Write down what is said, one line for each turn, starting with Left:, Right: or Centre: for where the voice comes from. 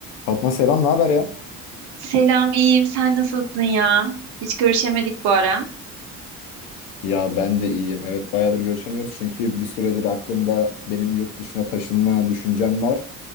Left: Fatma selam, ne haber ya?
Right: Selam, iyiyim. Sen nasılsın ya? Hiç görüşemedik bu ara.
Left: Ya ben de iyiyim. Evet bayağıdır görüşemiyoruz çünkü bir süredir aklımda benim yurt dışına taşınma düşüncem var.